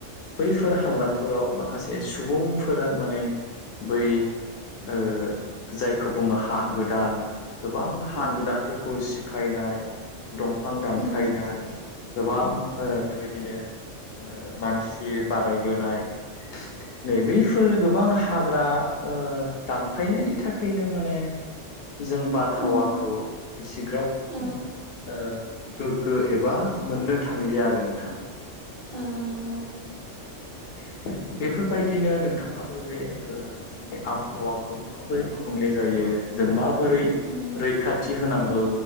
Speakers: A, on the left (about 60°); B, on the right (about 75°).
A: बैफोर हाग्राफोराव
B: औ
A: माखासे सुबुंफोरा माने बै ओ जायखौ बुंयो हा गोदान गोबां
B: औ
A: हा गोदानफोरखौ सिफायनाय दंफां दानफायनाय
B: उम
A: गोबां ओ बेबायदिनो मानसि बाराय बोनाय नै बैफोर गोबां हाग्रा ओ दानफायनायनि थाखायनो माने जों बारहावाखौ
B: उम
A: इसिग्राब
B: औ
A: ओ गोग्गो एबा मोननो थांलिया आरो नोंथाङा।
B: औ नंगौ।
A: <inaudible> बेफोर बायदिनो नोंथाङाबो बे ओ जोंनि आबहावाखौ माबोरै गुबुंले जायो जों मा बोरै
B: उम
A: रैखाथि होनांगौ